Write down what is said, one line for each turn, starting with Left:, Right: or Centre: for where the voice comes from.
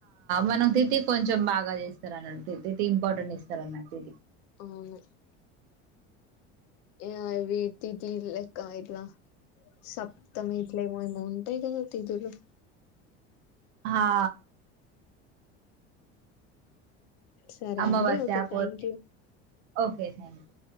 Right: మనం తితి కొంచెం బాగా చేస్తారు అన ఇది ఇంపార్టెంట్ ఇస్తార అన్నది
Left: అవును ఏవి దిదీలక్క ఇట్లా సప్తమి ఇట్లమో ఉంటాయి కదా తీ ఇద్దరు
Right: హా
Left: సరే
Right: అమావాస్య
Left: అండి ఓకే థ్యాంక్
Right: పౌర్ణమి
Left: యూ
Right: ఓకే థ్యాంక్ యూ